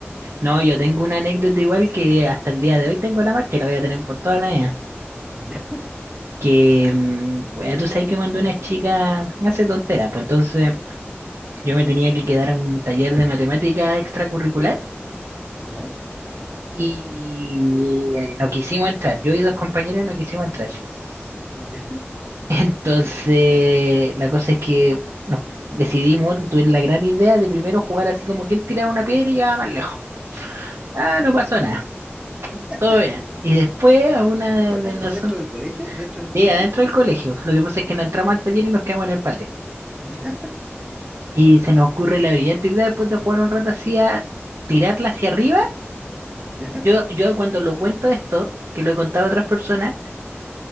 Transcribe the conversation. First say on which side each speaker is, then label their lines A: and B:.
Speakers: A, on the right; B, on the right.
A: No, yo tengo una anécdota igual que hasta el día de hoy tengo la marca y la voy a tener por toda la vida.
B: Ya,
A: Que, mm, bueno, tú sabes que cuando una chica hace tonteras, pues entonces yo me tenía que quedar a un taller de matemática extracurricular
B: ya,
A: y eh, no quisimos entrar. Yo y dos compañeros no quisimos entrar. <laughs>
B: ya.
A: Entonces, la cosa es que nos decidimos, tuvimos la gran idea de primero jugar así como quien tiraba una piedra y llegaba más lejos. Ah, no pasó nada,
B: <laughs>
A: todo bien. Y después a una
B: Esto,
A: de,
B: esto
A: nosotros
B: dentro del colegio, dentro del colegio.
A: Sí, adentro del colegio. Lo que pasa
B: Ya,
A: es que no entramos al taller y nos quedamos en el patio.
B: <laughs> ya,
A: Y se nos ocurre la brillante idea después de jugar un rato así a tirarla hacia arriba.
B: ya,
A: Yo, yo cuando lo cuento esto, que lo he contado a otras personas,